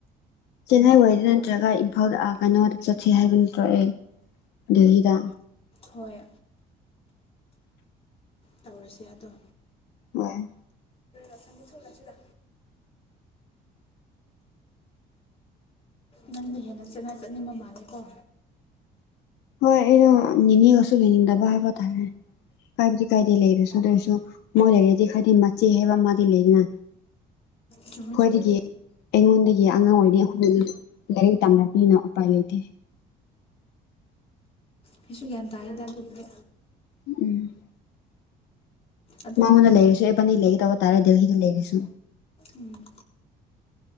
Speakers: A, on the left; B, on the left.
A: ꯆꯦꯟꯅꯥꯏ ꯋꯥꯗ ꯅꯠꯇ꯭ꯔꯒ ꯏꯝꯐꯥꯜꯗꯥ ꯀꯩꯅꯣꯗ ꯆꯠꯁꯤ ꯍꯥꯏꯕ ꯅꯠꯇꯑꯦ ꯗꯦꯍꯤꯗ
B: ꯍꯣꯏ ꯇꯧꯔꯁꯦ ꯑꯗꯣ
A: ꯍꯣꯏ
B: ꯦꯁꯃꯤ ꯆꯂꯁꯤꯗ ꯅꯪꯗꯤ ꯍꯦꯟꯅ ꯆꯦꯠꯅ ꯆꯠꯅꯤꯡꯕ ꯃꯥꯜꯂꯦ ꯀ
A: ꯍ ꯑꯩꯩꯅꯣ ꯅꯤꯒꯁꯨꯣ ꯅꯤꯗꯕ ꯍꯥꯕ ꯇꯥꯔꯦ ꯀꯥꯏꯕꯗꯤ ꯀꯥꯏꯗꯗꯤ ꯂꯩꯔꯁꯨ ꯑꯗꯨ ꯑꯣꯏꯔꯁꯨ ꯃꯣꯏ ꯂꯩꯔꯗꯤ ꯈꯥꯏꯗꯤ ꯃꯆꯦ ꯍꯥꯏꯕ ꯑꯃꯗꯤ ꯂꯩꯗꯅ
B: ꯆꯃꯦꯩ
A: ꯑꯩꯈꯣꯏꯗꯒꯤ
B: ꯆꯃꯦꯩ
A: ꯑꯩꯉꯣꯟꯗꯒꯤ ꯑꯉꯥꯡ ꯑꯣꯏꯔꯤꯩ ꯑꯍꯨꯝ ꯂꯥꯏꯔꯤꯛ ꯇꯝꯅꯕꯄꯤꯅ ꯎꯄꯥꯏ ꯂꯩꯇꯦ
B: ꯑꯩꯁꯨ ꯒ꯭ꯌꯥꯟ ꯇꯥꯈꯤꯗ ꯑꯗꯨꯕꯨꯗꯤ
A: ꯎꯝ
B: ꯑꯗꯣ
A: ꯃꯉꯣꯟꯗ
B: ꯎꯝ
A: ꯂꯩꯔꯤꯁꯨ ꯑꯦꯕꯅꯤ ꯂꯩꯒ ꯇꯧꯕ ꯇꯥꯔꯦ ꯗꯦꯍꯤꯗ ꯂꯩꯔꯤꯁꯨ
B: ꯎꯝ